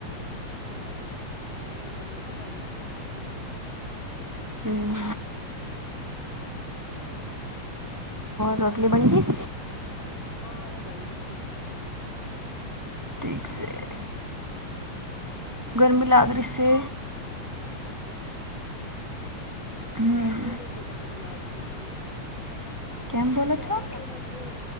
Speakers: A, on the left; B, on the right.
A: મારું મારોડે મગજ કામ નથી કરે છે, એમ.
B: હમ્મ. રોટલી બન ગઈ?
A: હા, હવે બનવી છે ને
B: ઠીક છે. ગરમી લાગરી સે. હમ,
A: મને બીજી વખત લાગતી છે.
B: કેમ
A: હું
B: બોલો
A: જાવ
B: છો
A: કોને છું,